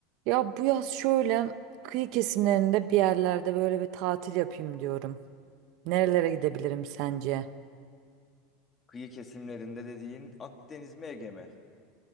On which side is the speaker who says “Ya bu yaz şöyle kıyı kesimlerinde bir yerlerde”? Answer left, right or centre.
Right